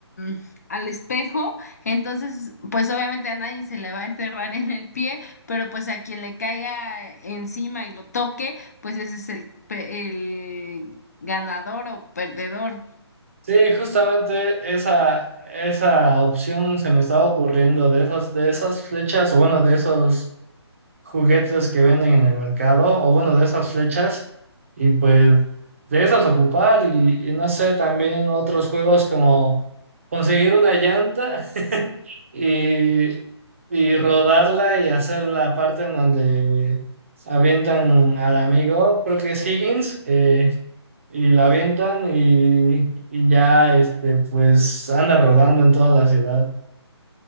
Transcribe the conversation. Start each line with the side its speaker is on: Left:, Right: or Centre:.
Left: mm, al espejo. Entonces, pues obviamente a nadie se le va a enterrar en el pie, pero pues a quien le caiga encima y lo toque, pues ese es el, pe- el ganador o perdedor.
Right: Sí, justamente esa, esa opción se me estaba ocurriendo de esas, de esas flechas, o bueno, de esos juguetes que venden en el mercado, o bueno, de esas flechas, y pues de esas ocupar, y, y no sé, también otros juegos como conseguir una llanta y, y rodarla y hacer la parte en donde avientan al amigo, creo que es Higgins, eh, y la avientan y, y ya, este, pues anda rodando en toda la ciudad.